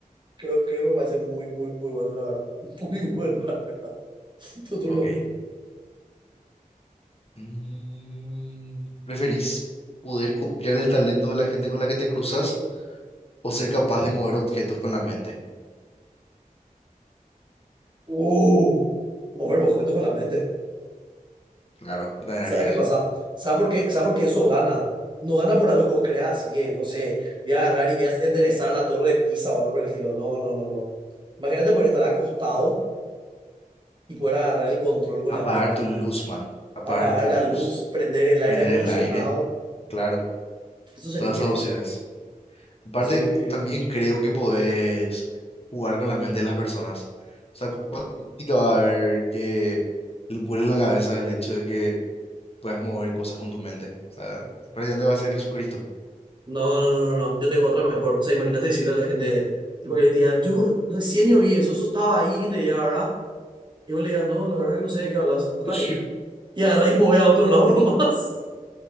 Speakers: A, on the right (about 35°); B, on the left (about 45°).
A: creo, creo que me parece muy, muy, muy bueno, la verdad. <laughs> Muy bueno, la verdad. Tu turno.
B: Ok. Mm, ¿preferís poder copiar el talento de la gente con la que te cruzas o ser capaz de mover objetos con la mente?
A: Uh, mover objetos con la mente.
B: Claro, yo también
A: ¿Sabes
B: haría
A: qué
B: eso.
A: pasa? ¿Sabes por qué, ¿Sabes por qué eso gana? No gana por algo que vos creas, así que, no sé, voy a agarrar y voy a enderezar la torre de Pisa o algo por el estilo. No, no, no, no. Imagínate poder estar acostado y poder agarrar el control con
B: Apagar
A: la mente.
B: tu luz, man. Apagar
A: Apagar
B: tu luz.
A: la luz, prender el
B: Prender
A: aire acondicionado.
B: el aire. Claro,
A: Eso sería
B: todas
A: increíble.
B: esas opciones. Aparte,
A: Eso sería increíble.
B: también creo que podés jugar con las mentes de las personas. O sea, ¿cuánta crítica va a haber que le vuele la cabeza el hecho de que puedas mover cosas con tu mente. O sea, prácticamente va a ser Jesucristo.
A: No, no, no, no, no. Yo tengo otra mejor. O sea, imagínate decirle a la gente, tipo que le diga, yo recién yo vi eso, eso estaba ahí, que te diga, ¿verdad? Y vos le digas, no, la verdad que no sé de qué hablas, no está
B: <laughs>
A: ahí. Y agarrá y mover a otro lado <laughs> nomás.